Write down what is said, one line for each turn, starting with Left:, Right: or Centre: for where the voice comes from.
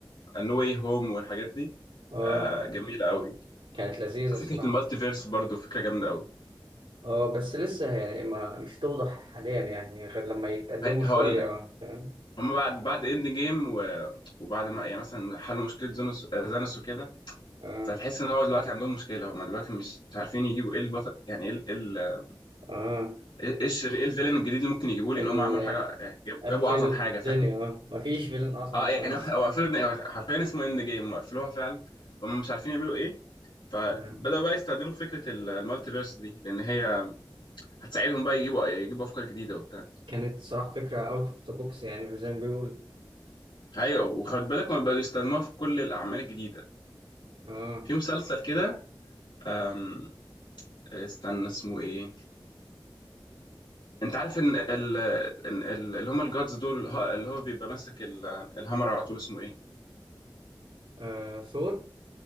Left: نو واي هوم والحاجات دي
Right: اه
Left: آه، جميله قوي
Right: كانت لذيذه الصراحه
Left: فكره المالتيفيرس برضو فكره جامده قوي
Right: اه بس لسه يعني ما مش توضح حاليا يعني غير لما يتقدموا
Left: بقى-
Right: شويه
Left: هقول لك
Right: آه، فاهم
Left: هم بعد بعد اند جيم و- وبعد ما يعني مثلا حلوا مشكله زانوس آه، زانوس وكده
Right: اه
Left: فتحس ان هو دلوقتي عندهم مشكله هم دلوقتي مش عارفين يجيبوا ايه البطل يعني ايه ال- إيه ال-
Right: اه
Left: ايه الشر ايه الفيلن الجديد اللي ممكن يجيبوه لان
Right: ال-
Left: هم عملوا حاجه يعني جابوا
Right: قفلوا
Left: جابوا اعظم حاجه
Right: الدنيا
Left: فاهم
Right: اه مفيش فيلن اصلا
Left: اه
Right: متصنف
Left: يعني هو قفلوا حرفيا اسمه اند جيم وقفلوها فعلا فهم مش عارفين يعملوا ايه فبدأوا
Right: آه.
Left: بقى يستخدموا فكرة ال- المالتيفيرس دي لأن هي هتساعدهم بقى يجيبوا يجيبوا أفكار جديدة وبتاع
Right: كانت صراحة فكرة اوت اوف ذا بوكس يعني زي ما بيقولوا
Left: أيوة وخد بالك هم بقوا يستخدموها في كل الأعمال الجديدة
Right: اه
Left: في مسلسل كده أم، استنى اسمه إيه أنت عارف إن ال- إن ال- اللي هم الجادز دول اللي هو اللي هو بيبقى ماسك ال- الهامر على طول اسمه إيه
Right: آه، ثور